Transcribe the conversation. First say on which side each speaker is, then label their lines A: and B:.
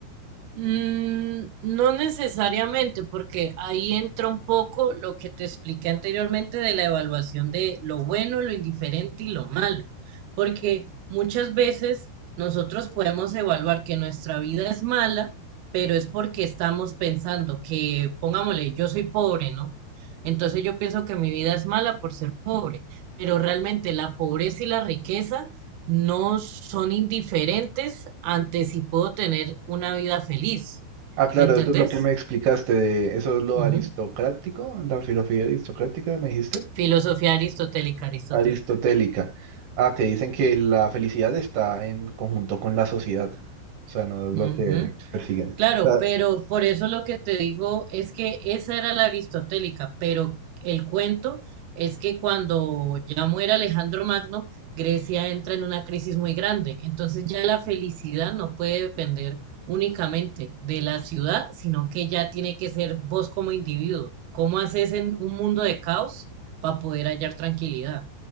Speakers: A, on the right (about 80°); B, on the right (about 60°).
A: Mm, no necesariamente, porque ahí entra un poco lo que te expliqué anteriormente de la evaluación de lo bueno, lo indiferente y lo malo, porque muchas veces nosotros podemos evaluar que nuestra vida es mala, pero es porque estamos pensando que, pongámosle, yo soy pobre, ¿no? Entonces yo pienso que mi vida es mala por ser pobre, pero realmente la pobreza y la riqueza no son indiferentes ante si puedo tener una vida feliz.
B: Ah, claro,
A: ¿Me entendés?
B: esto es Mm, lo que claro. me explicaste de eso es lo
A: Ujú.
B: aristocrático, la filosofía aristocrática, me dijiste.
A: Filosofía aristotélica, aristotélica.
B: Aristotélica. Ah, que dicen que la felicidad está en conjunto con la sociedad. O sea, no es
A: Ujú.
B: lo que persiguen.
A: Claro,
B: O sea,
A: pero por eso lo que te digo es que esa era la aristotélica, pero el cuento es que cuando ya muere Alejandro Magno, Grecia entra en una crisis muy grande. Entonces ya la felicidad no puede depender únicamente de la ciudad, sino que ya tiene que ser vos como individuo. ¿Cómo haces en un mundo de caos para poder hallar tranquilidad?